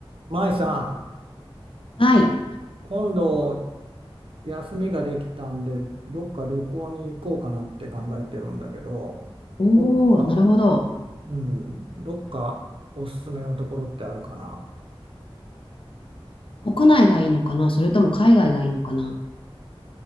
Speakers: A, on the right; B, on the left.
A: 舞さん、
B: はい。
A: 今度休みができたんで、どっか旅行に行こうかなって考えてるんだけど、
B: おお、
A: どっか、
B: なるほど。
A: うん、どっかおすすめのところってあるかな。
B: 国内がいいのかなそれとも海外がいいのかな